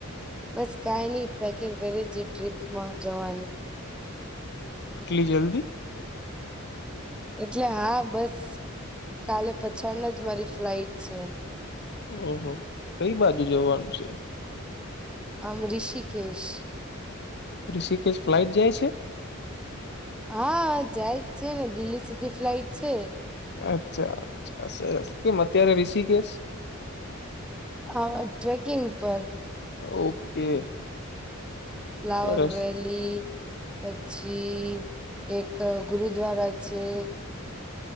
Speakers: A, in the centre; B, on the left.
A: બસ કઈ નઈ પેકિંગ કરીે છે ટ્રીપમાં જવાની.
B: <unintelligible>
A: <inaudible> એટલે હા બસ કાલે પછાળના જ મારી ફ્લાઈટ છે.
B: હમ હમ કઈ બાજુ જવાનું છે?
A: આમ ઋષિકેશ.
B: ઋષિકેશ ફ્લાઇટ જાય છે
A: હા જાય જ છે ને દિલ્હી સુધી ફ્લાઈટ છે.
B: અચ્છા અચ્છા સરસ કેમ અત્યારે ઋષિકેશ?
A: હા <inaudible> ટ્રેકિંગ પર.
B: ઓકે.
A: ફ્લાવર
B: સરસ
A: વેલી પછી એક ગુરુદ્વારા છે.